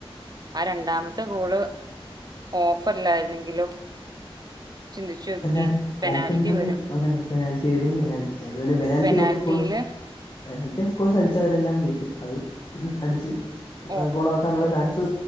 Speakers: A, on the right; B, on the left.
A: ആ രണ്ടാമത്തെ ഗോള് ഓഫർല്ലായിരുന്നെങ്കിലും <unintelligible>
B: ഓഫ്
A: പെനാൽറ്റി
B: ഓഫ് ലേ
A: വരും
B: പെനാൽറ്റി വരും ഏതായാലും പെനാൽറ്റി
A: പെനാൽറ്റിയില്
B: ഓഫ്‌കോഴ്സ് പെനാൽറ്റി ഒഫ് കോഴ്സ് അടിച്ചവരെല്ലാം കേറ്റും അത് അടിച്ച്
A: ഓ
B: ഗോളാ ഉള്ള ചാൻസ്